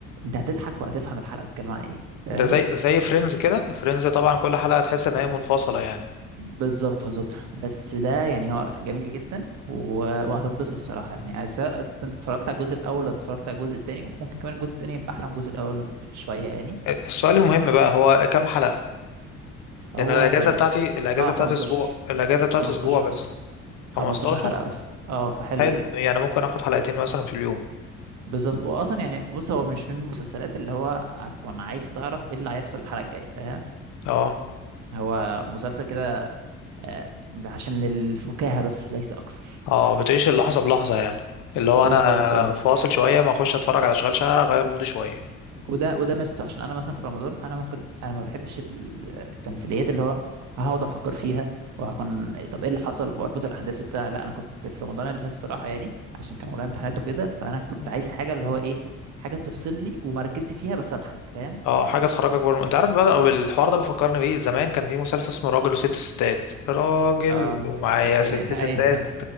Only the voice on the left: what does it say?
ده زي زي فريندز كده فريندز طبعا كل حلقة تحس ان هي منفصلة يعني
السؤال المهم بقى هو كام حلقة
لان الاجازة
بتاعتي الاجازة
بتاعت
اسبوع الاجازة بتاعت
اسبوع بس
15
حلو
يعني ممكن اخد حلقتين مثلا في اليوم
اه
اه بتعيش اللحظة بلحظة يعني اللي هو
انا فاصل شوية ما اخش اتفرج على اشغال شقة اغير مودي شوية
مم.
اه حاجه تخرجك بره انت عارف بقى أو الحوار ده بيفكرني بايه زمان كان في مسلسل اسمه راجل وست ستات راجل
ومعايا
ست ستات